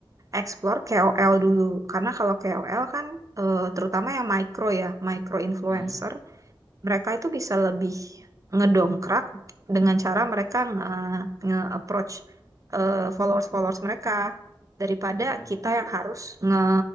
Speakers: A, on the right; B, on the left.
A: explore KOL dulu. Karena kalau KOL kan eh, terutama yang micro ya, micro influencer,
B: hmm, mhm
A: mereka itu bisa lebih ngedongkrak dengan cara mereka nge- nge-approach eh, followers-followers mereka daripada
B: mhm,
A: kita yang harus nge